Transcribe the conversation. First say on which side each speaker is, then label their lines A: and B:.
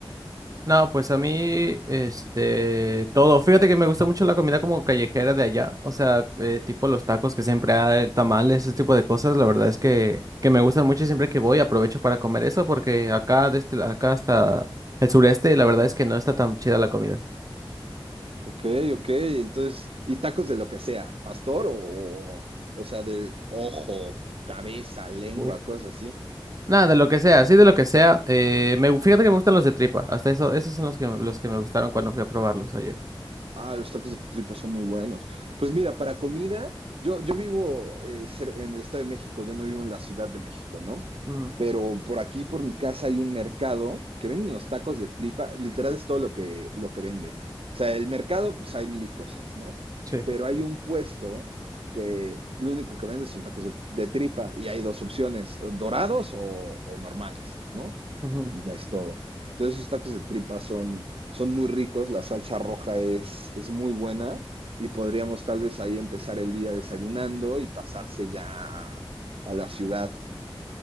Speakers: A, on the right; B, on the right.
A: No, pues a mí, este, todo. Fíjate que me gusta mucho la comida como callejera de allá, o sea, eh, tipo los tacos que siempre hay, tamales, ese tipo de cosas. La verdad es que, que me gustan mucho y siempre que voy aprovecho para comer eso porque acá, desde acá hasta el sureste, la verdad es que no está tan chida la comida.
B: Ok, ok. Entonces, y tacos de lo que sea, pastor o, o sea, de ojo, cabeza, lengua,
A: Uy.
B: cosas así.
A: Nada, de lo que sea, sí, de lo que sea. Eh, me, fíjate que me gustan los de tripa, hasta eso, esos son los que, los que me gustaron cuando fui a probarlos allá.
B: Ah, los tacos de tripa son muy buenos. Pues mira, para comida, yo, yo vivo eh, cer- en el Estado de México, yo no vivo en la Ciudad de México, ¿no?
A: Mm,
B: Pero por aquí, por mi casa, hay un mercado que vende unos tacos de tripa, literal es todo lo que, lo que vende. O sea, el mercado, pues hay mil cosas, ¿no?
A: sí.
B: Pero hay un puesto que lo único que vende son tacos de, de tripa y hay dos opciones, dorados o, o normales, ¿no?
A: Ujú.
B: Y ya es todo. Entonces esos tacos de tripa son, son muy ricos, la salsa roja es, es muy buena y podríamos tal vez ahí empezar el día desayunando y pasarse ya a, a la ciudad.